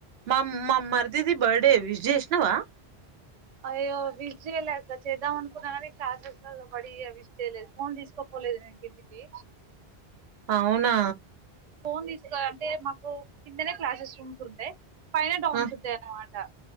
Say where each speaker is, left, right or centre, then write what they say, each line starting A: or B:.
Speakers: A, on the right; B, on the right.
A: మా మా మర్దిది బర్డే విజ్ జేసీనవా
B: అయ్యో విష్ చేయలేక చేద్దాం అనుకున్నా కానీ క్లాసెస్ లో పడి విష్ చేయలేదు ఫోన్ తీసుకోపోలేదు ఇంక్ ఇంటికి
A: అవునా
B: ఫోన్ తీస్ కో అంటే మాకు కిందనే క్లాసెస్ రూమ్స్ ఉంటాయి పైన డౌన్స్
A: ఆ
B: అన్నమాట్ ఆ